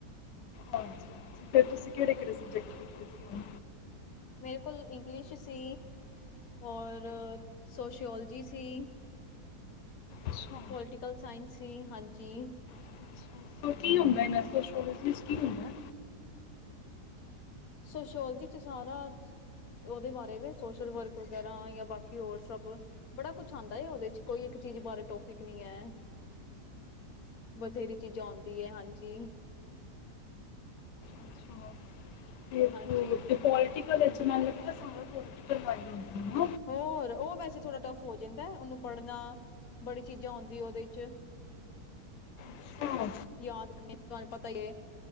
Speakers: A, on the left; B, on the left.
A: ਹਾਂਜੀ, ਹਾਂਜੀ ਫੇਰ ਤੁਸੀਂ ਕੇੜੇ ਕੇੜੇ ਸਬਜੈਕਟ ਲਿਤੇ ਸੀ?
B: ਮੇਰੇ ਕੋਲ ਇੰਗਲਿਸ਼ ਸੀ ਔਰ ਸੋਸ਼ਓਲਜੀ ਸੀ। <inaudible>
A: ਅੱਛਾ
B: ਪੋਲਟੀਕਲ ਸਾਇੰਸ ਸੀ ਹਾਂਜੀ। ਜੀ।
A: <unintelligible> ਸੋ ਕੀ ਹੋਂਦਾ ਏਨਾ ਚ <unintelligible> ਕੀ ਹੋਂਦੈ।
B: ਸੋਸ਼ਓਲੋਜੀ ਚ ਸਾਰਾ ਓਦੇ ਬਾਰੇ ਵੇ ਸੋਸ਼ਲ ਵਰਕ ਵਗੈਰਾ, ਜਾਂ ਬਾਕੀ ਹੋਰ ਸਬ ਬੜਾ ਕੁਛ ਆਂਦਾ ਐ। ਓਦੇ ਚ ਕੋਈ ਇਕ ਚੀਜ ਬਾਰੇ ਟੋਪਿਕ ਨੀ ਐ, ਬਥੇਰੀ ਚੀਜਾ ਆਂਓਦੀ ਐ ਹਾਂਜੀ।
A: ਅੱਛਾ, <unintelligible> ਤੇ
B: ਹਾਂਜੀ
A: ਪੋ ਪੋਲੀਟੀਕਲ ਚ ਮੈਨ ਲਗਦਾ ਸਾਰਾ <unintelligible>
B: ਹੋਰ ਓ ਵੈਸੇ ਥੋੜਾ ਟੱਫ ਹੋ ਜੇ ਐ, ਓਨੂ ਪੜਨਾ ਬੜੀ ਚੀਜਾ ਆਂਓਦੀ ਓਦੇ ਚ।
A: ਅੱਛਾ
B: <unintelligible> <unintelligible> ਤੁਹਾਨ ਪਤਾ ਈ ਏ।